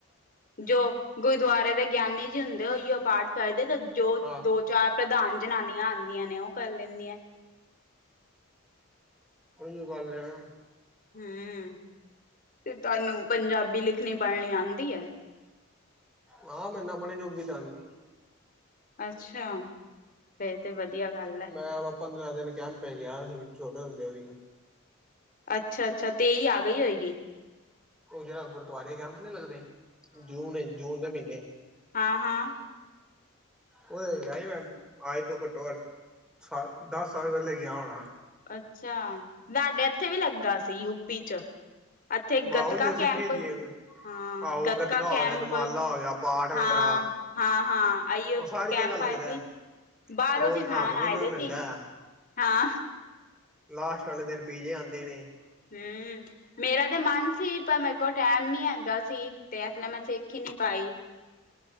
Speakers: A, on the left (about 40°); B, in the centre.
A: ਜੋ ਗੁਰਦੁਆਰੇ ਦੇ ਗਿਆਨੀ ਜੀ ਹੁੰਦੇ ਉਹੀ ਪਾਠ ਕਰਦੇ ਤੇ ਜੋ
B: ਆਹ
A: ਦੋ ਚਾਰ ਪ੍ਰਧਾਨ ਜਨਾਨੀਆਂ ਆਂਦੀਆਂ ਨੇ ਓ ਕਰ ਲੈਂਦੀਆਂ।
B: ਉਹੀਉ ਗੱਲ ਏ ਨਾ।
A: ਹੂੰ ਤੇ ਤੁਆਨੂੰ ਪੰਜਾਬੀ ਲਿਖਣੀ ਪੜ੍ਹਣੀ ਆਂਦੀ ਐ।
B: ਹਾਂ ਮੈਨੁੰ ਆਪਣੇ ਜੋੋਗੀ ਤੇ ਆਂਦੀ ਏ।
A: ਅੱਛਾ ਫਿਰ ਤੇ ਵਧੀਆ ਗੱਲ
B: ਮੈਂ
A: ਹੈ
B: ਵਾ ਪੰਦਰਾਂ ਦਿਨ ਕੈਂਪ ਗਿਆ ਸੀ ਛੋਟੇ ਹੁੰਦਿਆਂ ਵੀ
A: ਅੱਛਾ-ਅੱਛਾ ਤੇਈ ਆ ਗਈ ਹੋਏਗੀ।
B: ਓ ਜੇੜਾ ਗੁਰਦੁਆਰੇ ਕੈਂਪ ਨਈ ਲੱਗਦੇ ਜੂਨ -ਜੂਨ ਦੇ ਮ੍ਹੀਨੇ
A: ਹਾਂ-ਹਾਂ
B: ਉਦੇ ਤੇ ਗਿਆ ਹੀ ਮੈਂ ਅੱਜ ਤੋਂ ਘੱਟੋ ਘੱਟ ਦਸ ਸਾਲ ਪੈਲੇ ਗਿਆ ਹੋਣਾ।
A: ਅੱਛਾ ਯਾਡੇ ਇੱਥੇ ਵੀ ਲੱਗਾ ਸੀ ਯੂਪੀ 'ਚ ਇੱਥੇ
B: ਵਾਹ
A: ਗਤਕਾ
B: ਉਹੀ ਸਿੱਖੀ
A: ਕੈਂਪ
B: ਦੀ
A: ਹਾਂ
B: ਆਹੋ
A: ਗਤਕਾ
B: ਗੱਤਕਾ
A: ਕੈਂਪ
B: ਹੋ ਗਿਆ ਦਮਾਲਾ ਹੋ ਗਿਆ ਪਾਠ ਵਗੈਰਾ
A: ਹਾਂ-ਹਾਂ-ਹਾਂ। ਆਈਓ
B: ਉਹ ਸਾਰੀ
A: ਕੈਂਪ
B: ਜਗ੍ਹਾ ਲੱਗਦਾ
A: ਆਏ ਸੀ
B: ਹੈ।
A: ਬਾਰੋ
B: ਰੋਜ਼
A: ਸਿਖਾਣ
B: ਖਾਣ ਪੀਣ
A: ਆਏ
B: ਨੂੰ
A: ਦੇ
B: ਵੀ ਮਿਲਦਾ
A: ਸੀ
B: ਹੈ।
A: ਹਾਂ।
B: ਲਾਸਟ ਆਲੇ ਦਿਨ ਪੀਜੇ ਆਂਦੇ ਨੇ।
A: ਹੂੰ ਮੇਰਾ ਤੇ ਮਨ ਸੀ ਪਰ ਮੇਰੇ ਕੋਲ ਟੈਮ ਨੀ ਹੈਗਾ ਸੀ ਤੇ ਇਸ ਲਈਮੈਂ ਸਿੱਖ ਈ ਨੀ ਪਾਈ।